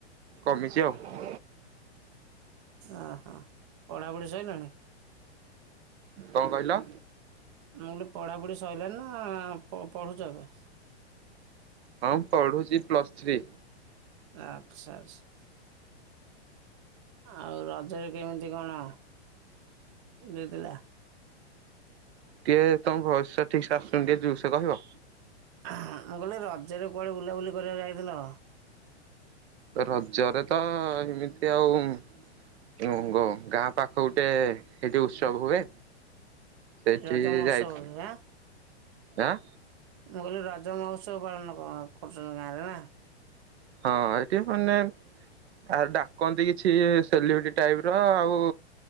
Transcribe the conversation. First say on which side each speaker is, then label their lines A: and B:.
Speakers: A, on the right (about 70°); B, on the right (about 30°).
A: କମିଛି ଆଉ।
B: ଓହଃ ପଢାପଢି ସଇଲାଣି?
A: କଁ କହିଲ?
B: ମୁଁ କହିଲି ପଢ଼ାପଢ଼ି ସଇଲାନି ନା, ପଢୁଛ ଏବେ?
A: ହଁ, ପଢୁଛି ପ୍ଲସ୍ ଥ୍ରୀ।
B: ଆଚ୍ଛା, ଆଚ୍ଛା। ଆଉ ରଜରେ କେମିତି କଣ? ଦେଇଥିଲା?
A: ଟିକେ ତମ ଭବିଷ୍ୟତ ଠିକ ସେ ଆସୁଛନ୍ତି ଟିକେ ଯୋର ସେ କହିବ?
B: ମୁଁ କହିଲି ରଜରେ କୁଆଡେ ବୁଲାବୁଲି କରିବାକୁ ଯାଇଥିଲ?
A: ରଜରେ ତ ଏମିତି ଆଉ ଉଁ ଗଁ ଗାଁ ପାଖ ଗୋଟେ ସେଠି ଉତ୍ସବ ହୁଏ। ସେଇଠି
B: ରଜ ମହୋତ୍ସବରେ
A: ଯାଇଥିଲୁ
B: ଆଁ?
A: ଆଁ?
B: ମୁଁ କହିଲି ରଜ ମହୋତ୍ସବ ପାଳନ କରୁଛନ୍ତି ଗାଁ, ରେ ନା?
A: ହଁ ଏଇଠି ମାନେ ଆହା, ଡାକନ୍ତି କିଛି ସେଲିବ୍ରେଟି ଟାଇପ ର ଆଉ